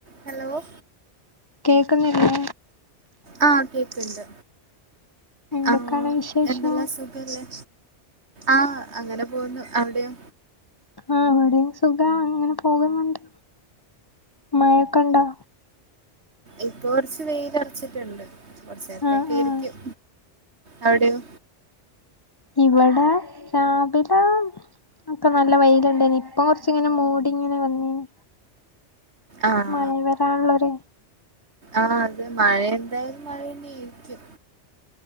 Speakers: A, on the right (about 70°); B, on the left (about 35°).
A: Hello
B: കേക്കുന്നില്ലേ?
A: ആഹ് കേക്ക്ണ്ട്
B: എന്തൊക്കാണ്
A: ആഹ്
B: വിശേഷം
A: എന്തെല്ലാ സു ഖല്ലേ? ആഹ് അങ്ങനെ പോവുന്നു. അവടെയോ?
B: ആഹ് ഇവടിം സുഖാ അങ്ങനെ പോകുന്നുണ്ട്. മഴൊക്കെണ്ടോ?
A: ഇപ്പോ കൊറച്ച് വെയിലറച്ചിട്ടുണ്ട്. കൊറ്ച്ചേരത്തേക്കെയിരിക്കും.
B: ആഹ് ആഹ്
A: അവിടെയോ?
B: ഇവടെ രാവിലെ ക്കെ നല്ല വെയില്ണ്ടായ്ന് ഇപ്പൊ കൊറച്ച്ങ്ങനെ മൂടിങ്ങനെ വന്നീന്.
A: ആഹ്
B: മയ വെരാള്ളൊര്
A: ആഹ അത് മഴ എന്തായാലും മഴന്നേയിരിക്കും.